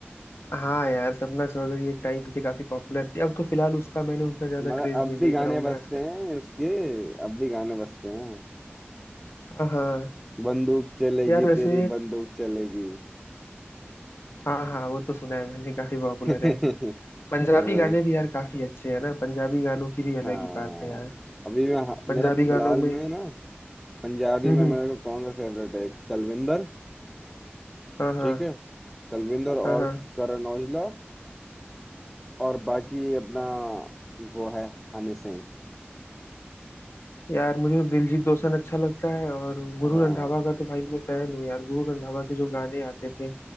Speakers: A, on the left (about 70°); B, in the centre.
A: हाँ यार सपना चौधरी एक टाइम पे काफी पॉपुलर थी अब तो फिलहाल उसका मैंने उतना ज्यादा
B: मगर
A: क्रेज
B: अब
A: नहीं
B: भी
A: देख
B: गाने
A: रहा हूँ
B: बजते
A: मैं आजकल
B: हैं उसके अब भी गाने बजते हैं
A: हाँ हाँ
B: बंदूक चलेगी
A: यार वैसे
B: तेरी बंदूक चलेगी
A: हाँ हाँ वो तो सुना है मैंने काफी पॉपुलर
B: <laughs>
A: है पंजाबी
B: वही
A: गाने भी यार काफी अच्छे हैं ना पंजाबी गानों की भी
B: हाँ
A: अलग ही बात है यार
B: अभी मैं
A: पंजाबी
B: मेरा
A: गानों
B: फिलहाल
A: में
B: में ना पंजाबी
A: हम्म
B: में
A: हम्म,
B: मेरे को कौन सा फेवरेट है एक तलविंदर
A: हाँ हाँ
B: ठीक है तलविंदर और
A: हाँ हाँ
B: करण औजला और बाकी ये अपना वो है हनी सिंह
A: यार मुझे तो दिलजीत दोसांझ अच्छा लगता है और गुरु
B: हाँ
A: रंधावा का तो भाई मैं फैन हूँ यार गुरु रंधावा के जो गाने आते थे